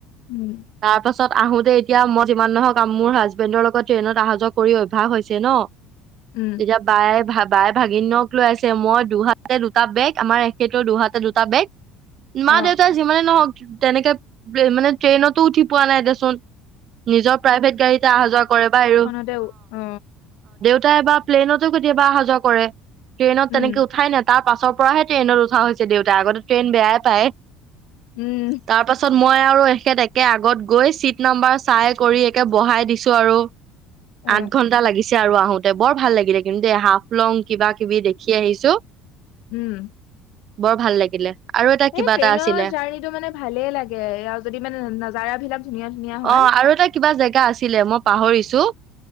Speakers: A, on the left; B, on the right.
A: উম।
B: তাৰ পাছত আহোতে এতিয়াই যিমান নহওক মোৰ হাজবেডৰ লগ ট্ৰেইনত আহা যওক। কৰি অভ্যাস হৈছে ন।
A: উম
B: তেতিয়া বায়াই ভাব বাই ভাগিনক লৈ আছে মই দুহাতে দুটা বেগ আমাৰ এখেতৰ দুহাতে দুটা বেগ
A: অ
B: মা দেউতা যিমানে নহক তেনেকে মানে ট্ৰেইনতো উঠি পোৱা নাই দেচোন। নিজৰ প্ৰাইভেট গাড়ীতে অহা যোৱা কৰে বাই ৰো-
A: ম দে অ
B: টাই বা প্লেইনতো কেতিয়াবা অহা যোৱা কৰে। ট্ৰেইনত তনেক
A: উম
B: উঠাই নে টা- পাছৰ পৰাহে ট্ৰেইনত উঠা হৈছে দেউতা আগতে ট্ৰেইন বেয়াই পায়।
A: উম
B: তাৰ পাছত মই আৰু এখেত একে আগত গৈ চিট নাম্বাৰ চাই কৰি একে বঢ়াই দিছো আৰু।
A: অ
B: আঠ ঘন্টা লাগিছে। আৰু আহোতে বৰ ভাল লাগে। কিন্তু দেই হাফ লং কিবা কিবি দেখি আহিছো।
A: উম।
B: বৰ ভাল লাগিলে। আৰু এটা কিবা
A: এই ট্ৰেইনৰ
B: এটা আছিলে
A: জাৰ্ণিটো মানে ভালেই লাগে আৰু যদি মানে নাজাৰা বিলাক ধুনীয়া ধুনীয়া হয়।
B: অ আৰু এটা কিবা জেগা আছিলে মই পাহৰিছো।